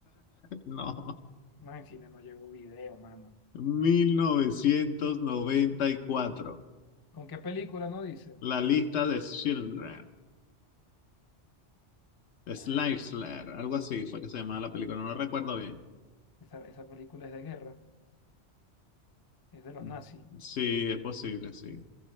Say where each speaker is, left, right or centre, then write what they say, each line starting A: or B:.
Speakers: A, on the left; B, on the left.
A: No.
B: No, en cine no llegó video, mano.
A: mil novecientos noventa y cuatro.
B: ¿Con qué película no dice?
A: La lista de Schindler. Slide
B: Ah, esa,
A: Slayer, algo así fue que se llamaba la película, no lo recuerdo bien.
B: esa, esa película es de guerra, es de los
A: Mm,
B: nazis.
A: Sí, es posible, sí.